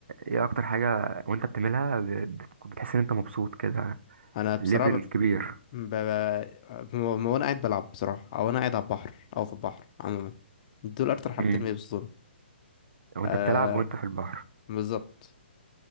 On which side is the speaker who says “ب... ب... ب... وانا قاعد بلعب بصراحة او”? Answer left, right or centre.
Left